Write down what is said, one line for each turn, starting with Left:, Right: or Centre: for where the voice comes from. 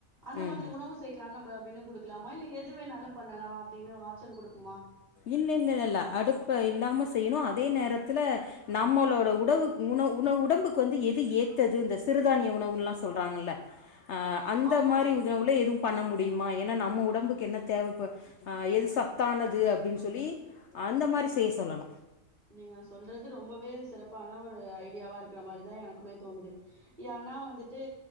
Right: அந்த
Left: ம்
Right: மாதிரி உணவு செய்லா நம்ப மெனு குடுக்கலாமா இல்ல எது வேணாலு பண்ணலா அப்டின்னு ஆப்ஷன் குடுப்புமா
Left: இல்ல இல்லலல்ல அடுப்ப இல்லாம செய்யணு அதே நேரத்துல நம்மளோட உடவு உண உண உடம்புக்கு வந்து எது ஏத்தது இந்த சிறுதானிய உ ணவுன்லா சொல்றாங்கல்ல அ அந்த
Right: ஆமா.
Left: மாரி ணவுல எதும் பண்ண முடியுமா ஏனா நம்ம உடம்புக்கு என்ன தேவப ஆ எது சத்தானது அப் டின் சொல்லி அந்த மாரி செய்ய சொல்லணு
Right: நீங்க சொல்றது ரொம்பவே சிறப்பான ஒரு ஐடியாவா இருக்ற மாரிதா எனக்குமே தோணுது ஏனா வந்துட்டு